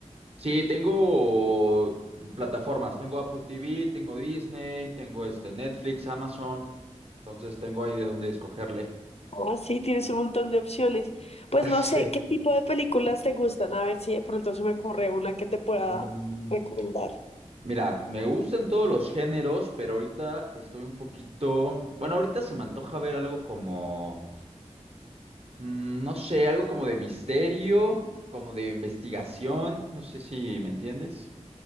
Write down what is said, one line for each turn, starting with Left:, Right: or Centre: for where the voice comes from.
Right: Sí, tengo plataformas, tengo Apple TV, tengo Disney, tengo este Netflix, Amazon, entonces tengo ahí de dónde escogerle.
Left: Ah, sí, tienes un montón de opciones. Pues
Right: <laughs>
Left: no sé,
Right: Sí.
Left: ¿qué tipo de películas te gustan? A ver si de pronto se me ocurre una que te pueda
Right: Mm,
Left: recomendar.
Right: mira, me gustan todos los géneros, pero ahorita estoy un poquito, bueno, ahorita se me antoja ver algo como, mm, no sé, algo como de misterio, como de investigación, no sé si me entiendes.